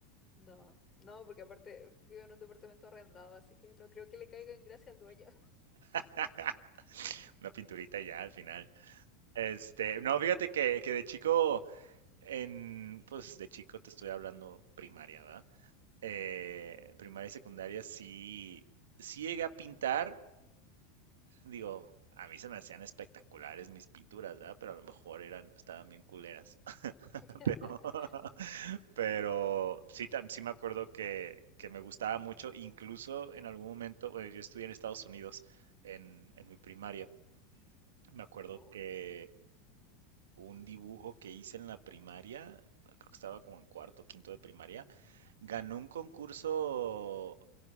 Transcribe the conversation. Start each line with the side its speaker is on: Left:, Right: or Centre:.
Left: No, no, porque aparte vivo en un departamento arrendado, así que no creo que le caiga en gracia al dueño.
Right: <laughs> una pinturita y ya al final. Este, no, fíjate que, que de chico En, pues de chico te estoy hablando primaria, ¿verdad? Eh, primaria y secundaria sí, sí llegué a pintar, digo, a mí se me hacían espectaculares mis pinturas, ¿verdad? Pero a lo mejor eran, estaban bien culeras. <laughs>
Left: <laughs>
Right: Pero, <laughs> pero sí, tam- sí me acuerdo que, que me gustaba mucho, incluso en algún momento, bueno, yo estudié en Estados Unidos en, en mi primaria. Me acuerdo
Left: Oh,
Right: que un dibujo que hice en la primaria, creo que estaba como en cuarto, quinto de primaria, ganó un concurso